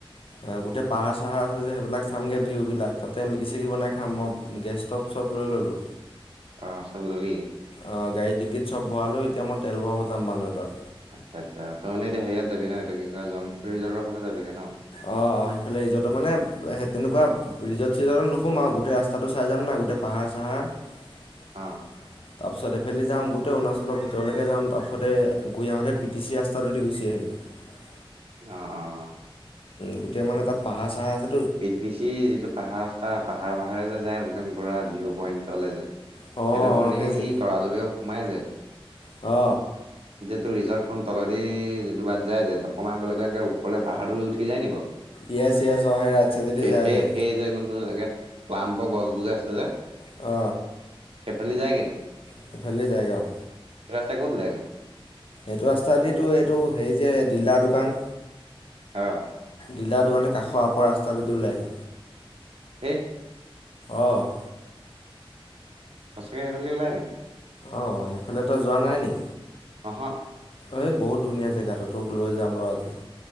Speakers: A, on the left (about 70°); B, on the right (about 80°).
A: অ, গোটেই পাহাৰ চাহাৰ আছে যে সেইবিলাক চামগৈ ভিউ বিলাক, তাতে মেগি-চেগি বনাই খাম। মই গেষ্ট ষ্টভ চব লৈ- লৈ ললো।
B: অ চব ললি
A: অ গাড়ীত ডিকিত চব ভৰাালো, এতিয়া মই তেল ভৰাব যাম বান্দৰডোৱা।
B: আচ্ছা- আচ্ছা, তাৰ মানে এতিয়া হেৰিয়াত যাবি ন, এইটো কি কয় জংঘল ৰিজৰ্টৰ ফালে যাবিগৈ ন?
A: অ সেইফালে ৰিজৰ্ট মানে তেনেকুৱা ৰিজৰ্ট- চিজৰ্টত নোসোমাও, গোটেই ৰাস্তাটো চাই যাম না- পাহাৰ- চাহাৰ। তাৰপিছত
B: অ
A: এইফালেদি যাম গোটেই অৰুণাচলৰ ভিতৰলৈকে যাম, তাৰপিছতে ঘূৰি আহঁতে পিটিচি ৰাস্তাটোৱেদি গুচি আহিম। হয় <inaudible>
B: অ, অ
A: গোটেই মানে তাত পাহাৰ- চাহাৰ আছে।
B: পিবিচি যিটো পাহাৰ ৰাস্তা পাহাৰে পাহাৰে যে যায় একদম পুৰা ভিউ পইণ্টলৈ যায়। সেইটো
A: অ', অ',
B: তোৰ এনেকে
A: যে
B: সেই তৰাজুলি সোমাই যায়।
A: অ,
B: এইটো ৰিজৰ্টখন তলেদি যিটো বাট যায় যে, অকণমান আগৰে গৈ এনেকে পাহাৰটোৰ ওপৰলৈ নি বাৰু!
A: ইয়েছ-ইয়েছ অ সেই ৰাস্তা তোৱেদি
B: সেই
A: যাই
B: সেই
A: যে,
B: সেই একদম এনেকে প্লামৰ গছ বোৰ যে আছে যে,
A: অ,
B: সেইফালি যায়গৈ নি?
A: সেইফালেদি যায়গৈ অ।
B: ৰাস্তাই ক'ত ওলাই গেনো?
A: এইটো ৰাস্তাদি তোৰ এইটো হেৰি যে দিলদাৰ দোকান।
B: অ'।
A: দিলদাৰ দোকানৰ কাষৰ আপৰ ৰাস্তাটোদি ওলাই।
B: এ
A: অ'।
B: সঁচাকে সেইফালেদি ওলায় নি?
A: অ', সেইফালে তই যোৱা নাই নি?
B: অহ।
A: এই বহুত ধুনীয়া জেগাটো তোক লৈ যাম ৰ আজি।